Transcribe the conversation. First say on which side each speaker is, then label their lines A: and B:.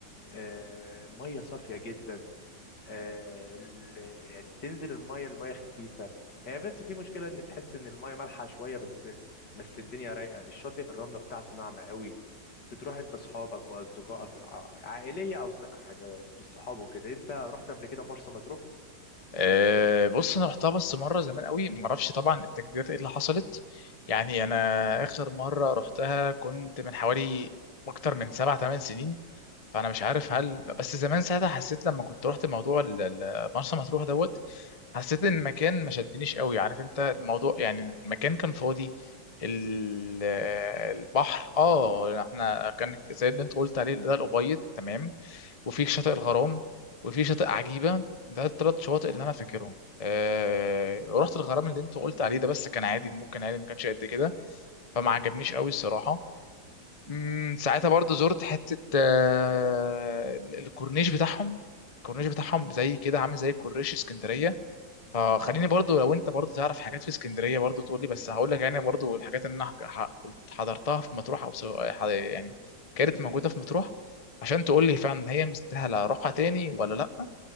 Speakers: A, on the left; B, on the left.
A: آه، ميه صافيه جدا آه، ال- يعني بتنزل الميه الميه خفيفه هي بس في مشكله ان تحس ان الميه مالحه شويه بس بس الدنيا رايقه الشاطئ الرمله بتاعته ناعمه قوي بتروح انت اصحابك واصدقائك ع- عائليه او ص- يعني بالصحاب وكده انت رحت قبل كده مرسى مطروح
B: أه بص انا رحتها بس مره زمان قوي ما اعرفش طبعا التجديدات ايه اللي حصلت يعني انا اخر مره رحتها كنت من حوالي اكتر من سبع ثمان سنين فانا مش عارف هل بس زمان ساعتها حسيت لما كنت رحت موضوع ال- ال- مرسى مطروح دوت حسيت ان المكان ما شدنيش قوي عارف انت الموضوع يعني المكان كان فاضي ال- البحر اه احنا كان زي اللي انت قلت عليه ده الابيض تمام وفي شاطئ الغرام وفي شاطئ عجيبه ده الثلاث شواطئ اللي انا فاكرهم أه... رحت الغرام اللي انت قلت عليه ده بس كان عادي ممكن عادي ما كانش قد كده فما عجبنيش قوي الصراحه امم ساعتها برضو زرت حتة آه، الكورنيش بتاعهم الكورنيش بتاعهم زي كده عامل زي كورنيش اسكندرية فخليني برضو لو انت برضو تعرف حاجات في اسكندرية برضو تقولي بس هقول لك يعني برضو الحاجات اللي انا ح- ح- قلت- حضرتها في مطروح او سواء ح- يعني كانت موجودة في مطروح عشان تقولي فعلا هي مستاهلة اروحها تاني ولا لا